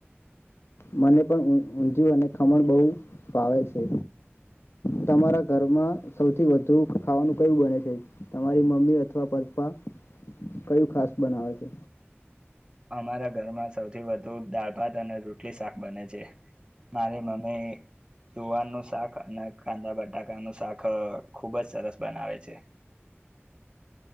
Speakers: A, on the left; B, on the right.
A: મને પણ ઊંધિયું અને ખમણ બહુ ફાવે છે તમારા ઘરમાં સૌથી વધુ ખાવાનું કયું બને છે તમારી મમ્મી અથવા પપ્પા કયું ખાસ બનાવે છે.
B: અમારા ઘરમાં સૌથી વધુ દાળ ભાત અને રોટલી શાક બને છે મારી મમ્મી જુવારનું શાક અને કાંદા બટાકાનું શાક ખૂબ જ સરસ બનાવે છે.